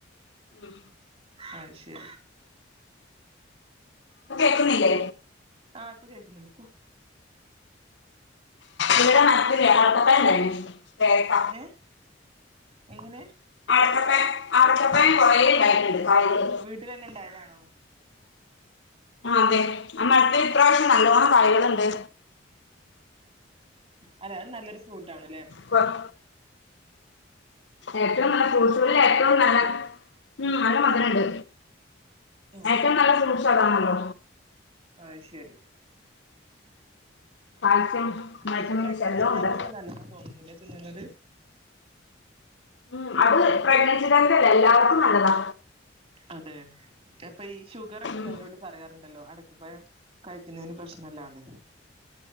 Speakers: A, on the left; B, on the right.
A: ഉം.
B: അത് ശരി
A: ഇപ്പ കേക്കുന്നില്ലേ
B: ആ ഇപ്പ കേൾക്ക്ന്നുണ്ട് ഇപ്പൊ
A: ഇവിടെ മരത്തിൽ അടക്കപ്പായം ഉണ്ടായിന് പേരക്ക
B: ഏ എങ്ങനെ
A: അടക്കപ്പായം അടക്കാപ്പായം കുറേ ഉണ്ടായിട്ടുണ്ട് കായ്കള്
B: വീട്ടിലന്നെ ഇണ്ടായതാണോ
A: ആ അതെ അമ്മടുത്തെ ഇപ്രാവശ്യം നല്ലവണം കായകളുണ്ട്
B: അതെ അത് നല്ലൊരു ഫ്രൂട്ട് ആണ് ലെ
A: കൊ- ഏറ്റവും നല്ല <unintelligible> ഏറ്റവും നല്ല ഉം നല്ല മധുരണ്ട്
B: ഉം
A: ഏറ്റവും നല്ല ഫ്രൂട്ട്സ് ആതാ ണല്ലോ
B: അത് ശരി
A: കാൽസ്യം വൈറ്റമിൻസ്
B: ഇപ്പൊ പ്രഗ്നൻസി
A: എല്ലാം
B: ടൈമിലൊക്കെ
A: ഉണ്ട്
B: നല്ലതാ തോന്നുന്നു ലെ തിന്ന്ണത്
A: ഉം അത് പ്രഗ്നൻസി കാർക്കല്ല എല്ലാവർക്കും നല്ലതാ
B: അതെ അപ്പൊ ഈ ഷുഗർ ഒക്കെല്ലേ
A: ഉം
B: അവരോട് പറയാറുണ്ടല്ലോ അട <unintelligible> കഴിക്കുന്നതിന് പ്രശ്നല്ലാന്ന്